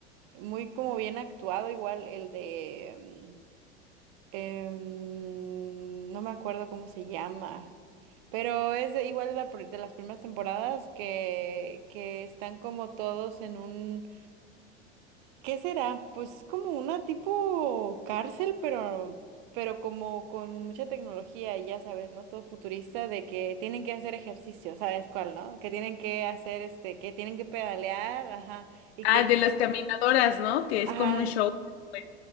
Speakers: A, on the right; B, on the left.
A: muy como bien actuado, igual el de, mm, em, no me acuerdo cómo se llama, pero es de- igual de, la pr- de las primeras temporadas que, que están como todos en un ¿Qué será? Pues como una tipo cárcel, pero, pero como con mucha tecnología, y ya sabes, ¿no? Todo futurista de que tienen que hacer ejercicio, ¿sabes cuál, no? Que tienen que hacer, este, que tienen que pedalear, ajá, y que,
B: Ah, de las caminadoras, ¿no? Que es
A: ajá,
B: como un show. pues,